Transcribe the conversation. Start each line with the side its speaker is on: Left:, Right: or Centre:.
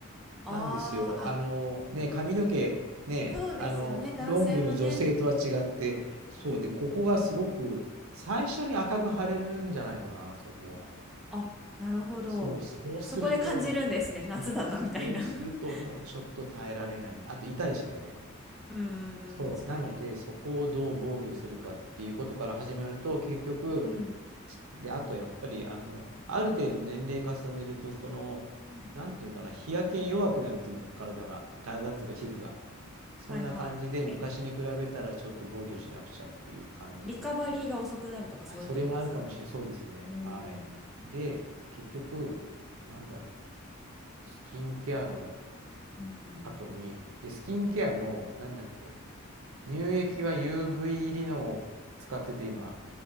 Centre: あーあ、
Right: なんですよ。あの、ね、髪の毛、ね、
Centre: そうですよね、
Right: あの、
Centre: 男性はね。
Right: ロングの女性とは違って、そうで、
Centre: うんうんうん。
Right: ここがすごく、最初に赤く腫れるんじゃないかな、そこは。
Centre: あ、なるほど。
Right: そう、そうすると、
Centre: そこで感じるんですね。夏だなみたいな
Right: そう、そうするともうちょっと耐えられない。
Centre: <laughs>
Right: あと痛いしね。
Centre: うんうんうん、
Right: そう。
Centre: 確かに。
Right: なので、そこをどう防御するかっていうことから始まると、結局、
Centre: うん。
Right: ちで、あとやっぱり、あの、ある程度年齢重ねると、その、
Centre: うん
Right: なんていうのかな、日焼けに弱くなるっていうの、体が、体っていうか皮膚が。そんな感じで、
Centre: はいはい。
Right: 昔に比べたらちょっと防御しなくちゃっていう感じ。
Centre: え、リカバリーが遅くなるとかそういうことですかね。
Right: あ、それもあるかもしれそうですね。
Centre: うん。
Right: はい。で、結局、なんだろう、スキンケアの
Centre: うんうん。
Right: 後に、で、スキンケアも、なんだっけ、乳液は UV リノを使ってて今。